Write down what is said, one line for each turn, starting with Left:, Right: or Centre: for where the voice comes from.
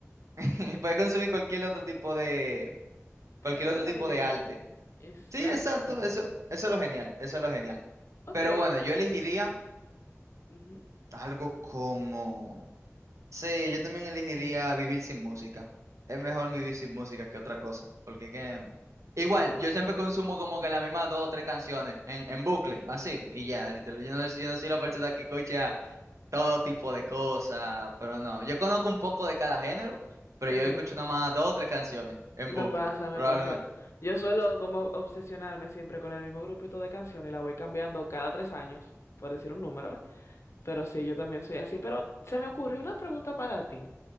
Right: <laughs> puedes consumir cualquier otro tipo de, cualquier
Left: <laughs> De entretenimiento.
Right: otro tipo de arte.
Left: Exactamente.
Right: Sí, exacto, eso, eso es lo genial, eso es lo genial.
Left: Ok.
Right: Pero bueno, yo elegiría
Left: ujú,
Right: algo como... Sí, yo también elegiría vivir sin música. Es mejor vivir sin música que otra cosa. Porque que... Igual, yo siempre consumo como que las mismas dos o tres canciones en, en bucle, así, y ya, literal. Yo no, yo no soy la persona que escucha todo tipo de cosas, pero no. Yo conozco un poco de cada género, pero
Left: Ok.
Right: yo escucho nada más dos o tres canciones en
Left: Me
Right: bucle,
Left: pasa, me
Right: probablemente.
Left: pasa. Yo suelo como obsesionarme siempre con el mismo grupito de canciones y la voy cambiando cada tres años, por decir un número, ¿eh? Pero sí, yo también soy así. Pero se me ocurrió una pregunta para ti.